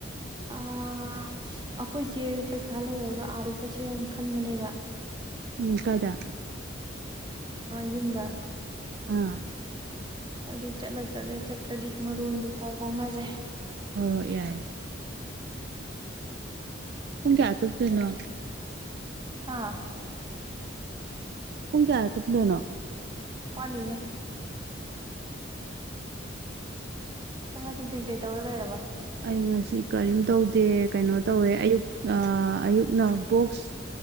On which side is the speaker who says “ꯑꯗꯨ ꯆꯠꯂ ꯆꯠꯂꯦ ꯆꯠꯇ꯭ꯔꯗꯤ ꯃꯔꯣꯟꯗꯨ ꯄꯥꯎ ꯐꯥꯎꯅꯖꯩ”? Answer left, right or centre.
Right